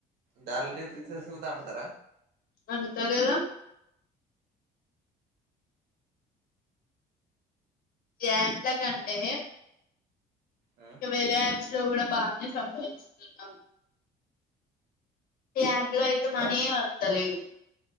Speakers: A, on the right (about 85°); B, on the left (about 60°).
A: daddy little princess కూడా అండుతరా.
B: వండుతారు కదా జంట్ల కంటే
A: ఆ
B: ఇంకా వేరే యాప్ లో కూడా బానే సంపాదిస్తున్నావ్ ఈ యాప్ లో ఐతే మనీయే
A: పై
B: వస్తలేవు